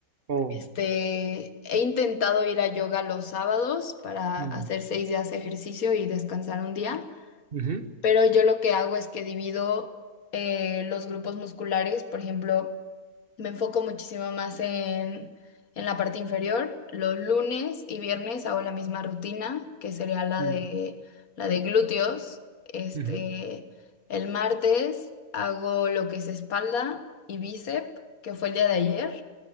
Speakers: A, on the right; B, on the left.
A: Oh.
B: Este, he intentado ir a yoga los sábados para
A: mm,
B: hacer seis días de ejercicio y descansar un día.
A: ujú,
B: Pero yo lo que hago es que divido eh, los grupos musculares, por ejemplo, me enfoco muchísimo más en, en la parte inferior. Los lunes y viernes hago la misma rutina, que sería la
A: mm.
B: de, la de glúteos. Este,
A: Ujú,
B: el martes hago lo que es espalda y bíceps, que fue el día de ayer.